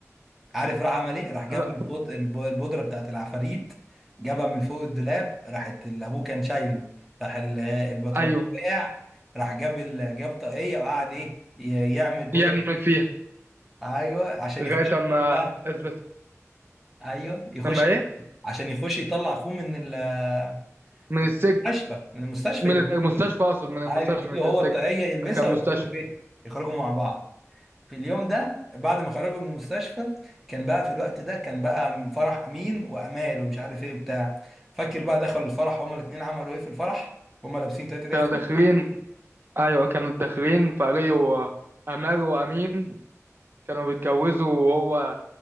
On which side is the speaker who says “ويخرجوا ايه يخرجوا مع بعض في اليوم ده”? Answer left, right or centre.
Centre